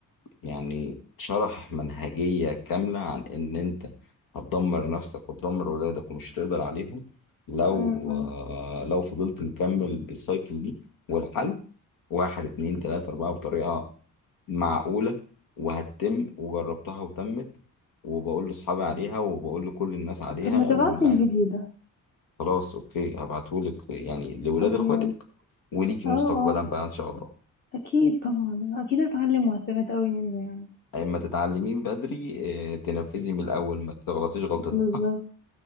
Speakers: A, on the left; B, on the left.
A: يعني شرح منهجية كاملة عن إن أنت هتدمر نفسك وتدمر ولادك ومش هتقدر عليهم لو
B: م- م.
A: آه، لو فضلت نكمل بالسايكل دي والحل واحد اتنين تلاتة أربعة بطريقة معقولة وهتتم وجربتها وتمت وبقول لأصحابي عليها وبقول لكل الناس عليها
B: طب ما تبعتلي
A: واللي ع-
B: الفيديو ده
A: خلاص أوكي هبعتهولك يعني لولاد
B: طب
A: إخواتك
B: يلا
A: وليكي
B: اه
A: مستقبلا
B: اه
A: بقى إن شاء الله
B: اكيد طبعا اكيد هتعلم وهستفاد قوي منه يعني
A: أما تتعلمين بدري اه، تنفذي من الأول ما تغلطيش غلطة
B: بالظبط